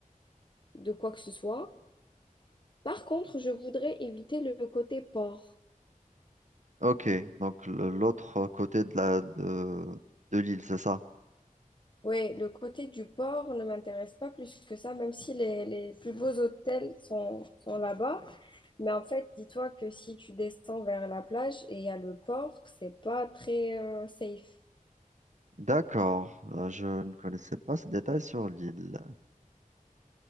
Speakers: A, on the left (about 35°); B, on the right (about 60°).
A: de quoi que ce soit. Par contre, je voudrais éviter le côté port.
B: Ok, donc le- l'autre côté de la, de, de l'île, c'est ça?
A: Oui, le côté du port ne m'intéresse pas plus que ça, même si les, les plus beaux hôtels sont, sont là-bas. Mais en fait, dis-toi que si tu descends vers la plage et il y a le port, c'est pas très euh, safe.
B: D'accord, Euh, je ne connaissais pas ce détail sur l'île.